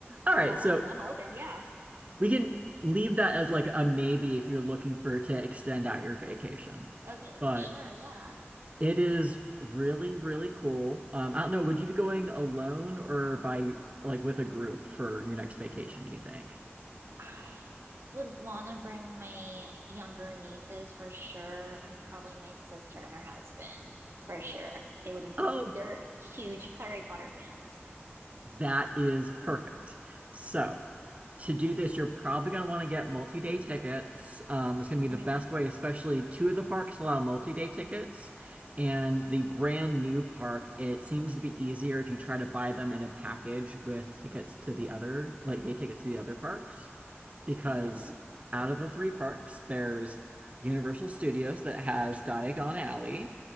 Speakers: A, on the right; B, on the right.
A: All right,
B: So I'm
A: so
B: I'm open, yeah.
A: we can leave that as like a maybe if you're looking for to extend out your vacation.
B: Okay,
A: But
B: for sure, yeah.
A: It is really, really cool. Um, I don't know, would you be going alone or by like with a group for your next vacation, do you think?
B: I would want to bring my younger nieces for sure, and probably my sister and her husband for sure. They would,
A: Oh,
B: they're huge Harry Potter fans.
A: that is
B: Yeah.
A: perfect. So, to do this, you're probably going to want to get multi-day tickets. Um, it's going to be
B: Okay.
A: the best way, especially two of the parks allow multi-day tickets. And the brand new park, it seems to be easier if you try to buy them in a package with tickets to the other, like day tickets to the other parks, because
B: Okay.
A: out of the three parks, there's Universal Studios that has Diagon Alley